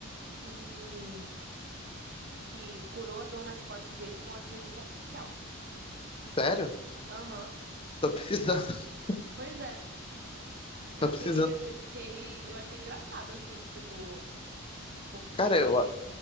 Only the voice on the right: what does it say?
que, que curou a dor nas costas dele com a inteligência artificial.
Aham.
Pois é. Eu
fiquei
meio, eu fiquei, eu achei engraçado, assim, tipo, porque...